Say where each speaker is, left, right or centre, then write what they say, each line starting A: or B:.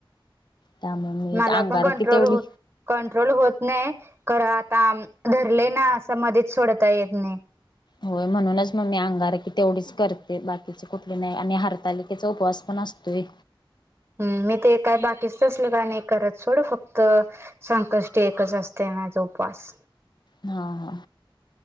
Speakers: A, on the left (about 55°); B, on the right (about 20°).
A: त्यामुळे मी
B: मला
A: अंगारकी
B: पण कंट्रोल
A: तेवढी
B: हो कंट्रोल होत नाही खरं, आता धरले ना. मधीच सोडता येत नाही.
A: होयं म्हणूनच मगं मी, अंगारकी तेवढीच करते बाकीचे कुठले नाही आणि हरतालिकेचा उपवास पणं. असतोयं.
B: हम्म मी ते काय बाकीच तसलं कायं नाही, करत सोड फक्त संकष्टी एकच असते. हा तो उपवास.
A: हा ह,